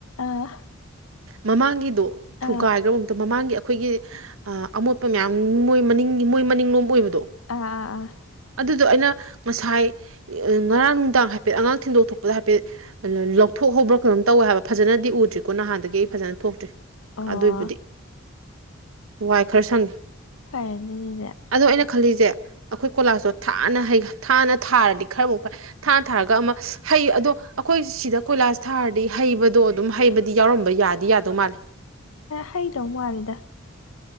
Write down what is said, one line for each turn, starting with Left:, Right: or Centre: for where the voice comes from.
Left: ꯑꯥ
Right: ꯃꯃꯥꯡꯒꯤꯗꯣ ꯊꯨꯒꯥꯏꯒꯔꯕꯣ
Left: ꯑꯥ
Right: ꯑꯝꯇ ꯃꯃꯥꯡꯒꯤ ꯑꯩꯈꯣꯏꯒꯤ ꯑꯃꯣꯠꯄ ꯃꯌꯥꯝ ꯃꯣꯏ ꯃꯅꯤꯡꯒꯤ ꯃꯣꯏ ꯃꯅꯤꯡꯂꯣꯝ ꯑꯣꯏꯕꯗꯣ
Left: ꯑꯥ ꯑꯥ ꯑꯥ
Right: ꯑꯗꯨꯗꯣ ꯑꯩꯅ ꯉꯁꯥꯏ ꯉꯔꯥꯡ ꯅꯨꯡꯗꯥꯡ ꯍꯥꯏꯐꯦꯠ ꯑꯉꯥꯡ ꯊꯤꯟꯗꯣꯛ ꯊꯣꯛꯄꯗ ꯍꯥꯏꯐꯦꯠ ꯂꯧꯊꯣꯛꯍꯧꯕ꯭ꯔꯥ ꯀꯩꯅꯣꯝ ꯇꯧꯋꯦ ꯍꯥꯏꯕ ꯐꯖꯅꯗꯤ ꯎꯗ꯭ꯔꯤꯀꯣ ꯅꯍꯥꯟꯗꯒꯤ ꯑꯩ ꯐꯖꯅ ꯊꯣꯛꯇ꯭ꯔꯤ
Left: ꯑꯣ
Right: ꯑꯗꯨꯏꯕꯨꯗꯤ ꯋꯥꯏ ꯈꯔ ꯁꯪꯉꯦ
Left: ꯐꯔꯦꯅꯦ ꯑꯗꯨꯗꯤ
Right: ꯑꯗꯣ ꯑꯩꯅ ꯈꯜꯂꯤꯖꯦ ꯑꯩꯈꯣꯏ ꯀꯣꯂꯥꯁꯇꯣ ꯊꯥꯅ ꯍꯩ ꯊꯥꯅ ꯊꯥꯔꯗꯤ ꯈꯔꯃꯨꯛ ꯐꯩ ꯊꯥꯅ ꯊꯥꯔꯒ ꯑꯃ ꯍꯩ ꯑꯗꯣ ꯑꯩꯈꯣꯏ ꯁꯤꯗ ꯀꯣꯏꯂꯥꯁ ꯊꯥꯔꯗꯤ ꯍꯩꯕꯗꯣ ꯑꯗꯨꯝ ꯍꯩꯕꯗꯤ ꯌꯥꯎꯔꯝꯕ ꯌꯥꯗꯤ ꯌꯥꯗꯧ ꯃꯥꯜꯂꯦ
Left: ꯍꯩꯗꯧ ꯃꯥꯂꯦꯗ